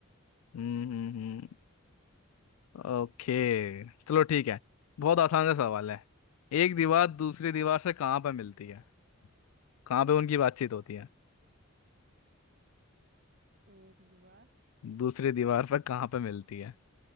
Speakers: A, on the left; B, on the right.
A: हम्म हम्म हम्म, ओके चलो ठीक है बहुत आसान सा सवाल है एक दीवार दूसरी
B: हाँ
A: दीवार से कहाँ पे मिलती है कहाँ पे उनकी बातचीत होती है
B: एक दीवार
A: दूसरी दीवार पर कहाँ पे मिलती है